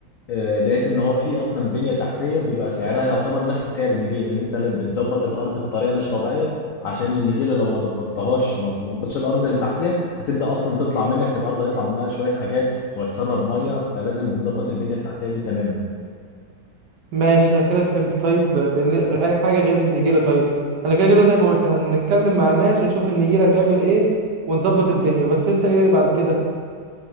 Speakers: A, on the left; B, on the right.
A: آه، لقيت ان هو في اصلا بنيه تحتيه بيبقى سعرها يعتبر نفس سعر النجيله لان انت لا- بتظبط الارض بطريقه مش طبيعيه عشان النجيله لو ما ظبطتهاش ما ظبطتش الارض اللي تحتيها هتبدا اصلا تطلع منك الارض هيطلع منها شويه حاجات وهتسرب ميه فلازم بنظبط البنيه التحتيه دي تماما
B: ماشي انا كده فهمت طيب بن... اي حاجة غير النجيلة طيب انا كده كده زي ما قلت هنتكلم مع الناس ونشوف النجيلة هتعمل ايه ونظبط الدنيا بس انت ايه بعد كده